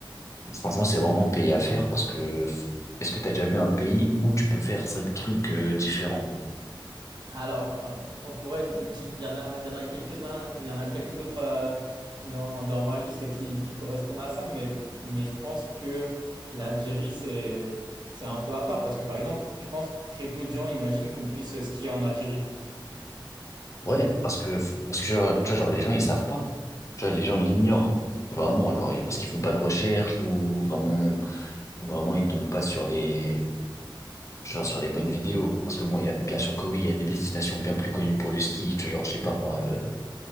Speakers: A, on the left (about 35°); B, on the right (about 55°).
A: franchement, c'est vraiment un pays à faire parce que, f- est-ce que t'as déjà vu un pays où tu peux faire cinq trucs, euh, différents?
B: Alors, euh, ouais, il il y en a, il y en a quelques-uns, il y en a quelques autres euh, dans, dans ma liste qui, qui correspondent à ça, mais, mais je pense que l'Algérie, c'est, c'est un peu à part, parce que par exemple, je pense très peu de gens imaginent qu'on puisse skier en Algérie.
A: Ouais, parce que, parce que, genre, tu vois, genre, les gens, ils savent pas. Tu vois, les gens, ils l'ignorent. Vraiment, genre, et parce qu'ils font pas de recherche ou vraiment, ou vraiment, ils tombent pas sur les, genre, sur les bonnes vidéos. Parce que bon, il y a, bien sûr que oui, il y a des destinations bien plus connues pour le ski. Tu vois, genre, je sais pas, moi, euh,